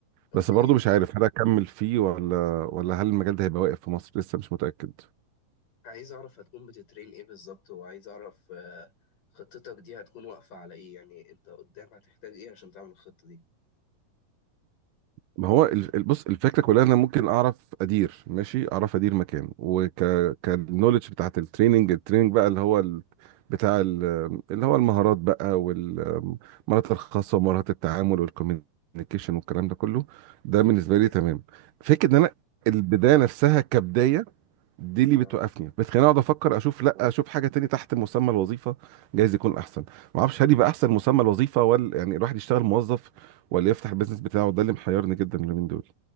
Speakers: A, on the left (about 80°); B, on the right (about 85°).
A: اوكي
B: بس برضو مش عارف هل اكمل فيه ولا ولا هل المجال ده هيبقى واقف في مصر لسه مش متأكد
A: عايز اعرف هتكون بتترين ايه بالظبط وعايز اعرف آه، خطتك دي هتكون واقفه على ايه يعني انت قدام هتحتاج ايه عشان تعمل الخطه دي
B: ما هو ال- ال- بص الفكره كلها إن انا ممكن اعرف ادير ماشي اعرف ادير مكان وك كالنولج بتاعت التريننج التريننج بقى اللي هو ال... بتاع ال... اللي هو المهارات بقى والمهارات الخاصه ومهارات التعامل والكوميونيكيشن والكلام ده كله ده بالنسبه لي
A: اوكي
B: تمام فكره ان انا البدايه نفسها كبدايه دي اللي
A: اه
B: بتوقفني بتخليني اقعد افكر اشوف لا اشوف حاجه تاني تحت مسمى الوظيفه جايز يكون احسن ما اعرفش هل يبقى احسن مسمى الوظيفه ولا يعني الواحد يشتغل موظف ولا يفتح البيزنس بتاعه ده اللي محيرني جدا اليومين دول